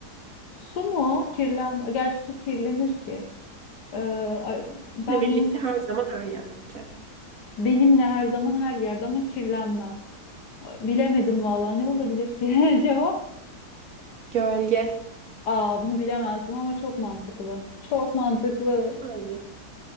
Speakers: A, on the left; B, on the right.
A: Su mu? Kirlen, gerçi su kirlenir ki. Ee, ay- ben
B: Sizinle birlikte
A: bunu
B: her zaman her yerde.
A: benimle her zaman her yerde ama kirlenmez. A- Bilemedim vallahi ne olabilir ki? <laughs> Cevap
B: Gölge.
A: Aa bunu bilemezdim ama çok mantıklı. Çok mantıklı.
B: Yani.